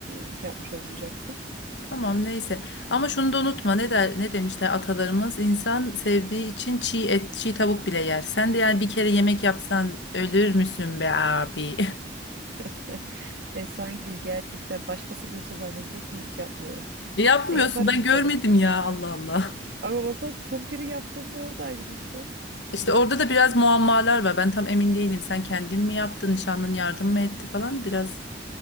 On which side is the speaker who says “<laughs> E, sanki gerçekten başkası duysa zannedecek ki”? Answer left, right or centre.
Right